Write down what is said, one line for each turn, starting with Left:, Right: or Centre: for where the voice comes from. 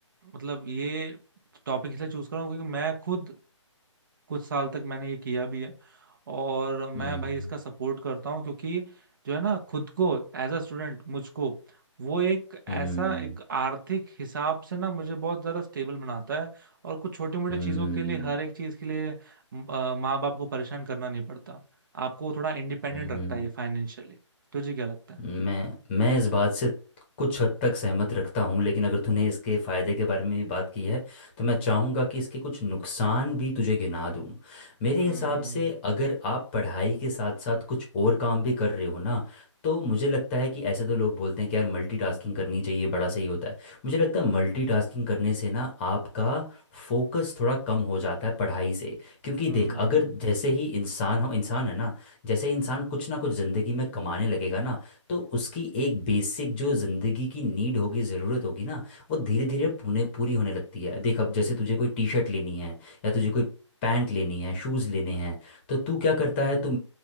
Right: मतलब ये टॉपिक इसलिए चूज कर रहा हूँ क्योंकि मैं खुद कुछ साल तक मैंने ये किया भी है और मैं
Left: हम्म
Right: भाई इसका सपोर्ट करता हूँ क्योंकि जो है ना खुद को एज अ स्टूडेंट मुझको वो एक ऐसा
Left: हम्म
Right: एक आर्थिक हिसाब से ना मुझे बहुत ज्यादा स्टेबल बनाता है और कुछ छोटी मोटी
Left: हम्म
Right: चीजों के लिए हर एक चीज के लिए माँ बाप को परेशान करना नहीं पड़ता आपको थोड़ा इंडिपेंडेंट
Left: हम्म
Right: रखता
Left: हम्म,
Right: है ये फाइनेंशियली तुझे क्या लगता है
Left: मैं मैं इस बात से कुछ हद तक सहमत रखता हूँ लेकिन अगर तूने इसके फ़ायदे के बारे में बात की है तो मैं चाहूँगा कि इसके कुछ नुकसान भी तुझे गिना दूँ मेरे
Right: हम्म
Left: हिसाब से अगर आप पढ़ाई के साथ साथ कुछ और काम भी कर रहे हो ना तो मुझे लगता है कि ऐसे तो लोग बोलते हैं कि यार मल्टीटास्किंग करनी चाहिए बड़ा सही होता है मुझे लगता है मल्टीटास्किंग करने से ना आपका फोकस थोड़ा कम हो जाता है पढ़ाई से क्योंकि
Right: हम्म
Left: देख अगर जैसे ही इंसान हम इंसान है ना जैसे ही इंसान कुछ ना कुछ ज़िंदगी में कमाने लगेगा ना तो उसकी एक बेसिक जो ज़िंदगी की नीड होगी ज़रूरत होगी ना वो धीरे धीरे पूरे पूरी होने लगती है देख अब जैसे तुझे कोई टी शर्ट लेनी है या तुझे कोई पैंट लेनी है शूज़ लेने हैं तो तू क्या करता है तू